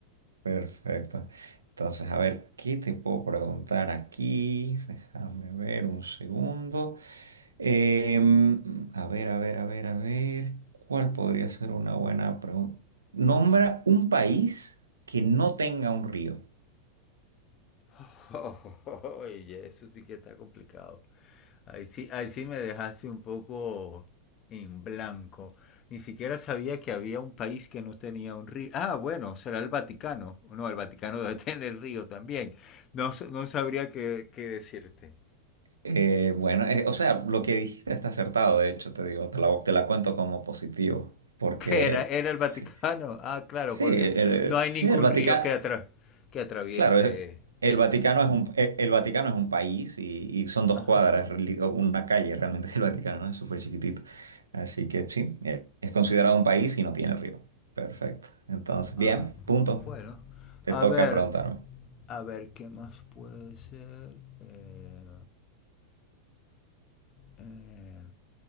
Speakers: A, on the right (about 75°); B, on the left (about 30°).
A: Perfecto. Entonces, a ver, ¿qué te puedo preguntar aquí? Déjame ver un segundo. Em, a ver, a ver, a ver, a ver, ¿cuál podría ser una buena pregunta? Nombra un país que no tenga un río.
B: <laughs> Oye, eso sí que está complicado. Ahí sí, ahí sí me dejaste un poco en blanco. Ni siquiera sabía que había un país que no tenía un río. Ah, bueno, será el Vaticano. No, el Vaticano debe <laughs> tener río también. No, s- no sabría qué, qué decirte.
A: Eh, bueno, eh, o sea, lo que dijiste está acertado, de hecho, te digo, te la, te la cuento como positivo, porque
B: ¿Qué era? ¿Era el Vaticano?
A: sí,
B: Ah, claro,
A: sí,
B: porque
A: el,
B: no hay
A: sí,
B: ningún
A: Vaticano,
B: río que, atra que atraviese
A: claro, eh, el
B: el...
A: Vaticano
B: s-
A: es un, eh, el, Vaticano es un país y, y son dos
B: Ajá.
A: cuadras, reali- o una calle realmente <laughs> el Vaticano, ¿no? Es súper chiquitito, así que sí, eh, es considerado un país y no tiene río. Perfecto, entonces,
B: Ah,
A: bien, punto,
B: bueno.
A: te
B: A
A: toca
B: ver,
A: preguntarme.
B: a ver, ¿qué más puede ser? Eh, eh,